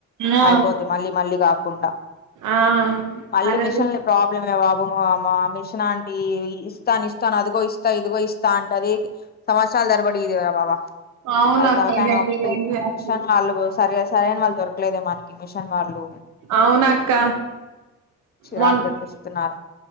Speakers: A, on the right; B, on the left.
A: ఆ
B: అయిపోద్ది మళ్ళీ మళ్ళీ కాకుండా
A: ఆ
B: మళ్ళీ
A: అరదు
B: మిషన్ ప్రాబ్లమ బాబు మిషన్ అంట ఈ ఇస్తాను ఇస్తాను అదిగో ఇస్తా ఇదిగో ఇస్తా అంటది సమాస్తరాల దరబడిదేవరా బాబా
A: అవునక్క
B: అది తలకాయనొప్పి
A: గర్ది గర్ది వస్తది
B: మిషన్ వాళ్ళు సరి సరైన వాళ్ళు దొరకలేదే మనకి మిషన్ వాళ్ళు
A: అవునక్క
B: చిరాకు
A: మొన్
B: తెపిిస్తున్నారు